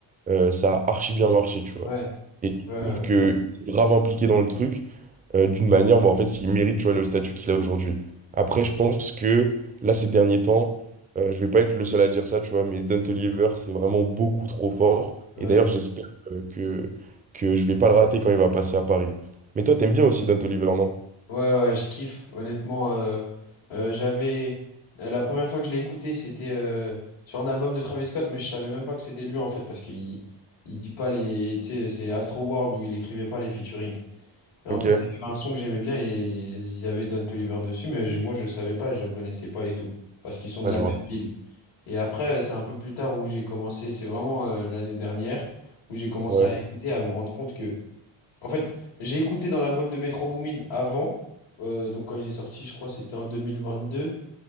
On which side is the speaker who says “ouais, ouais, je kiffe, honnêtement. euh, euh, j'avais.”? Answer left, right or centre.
Left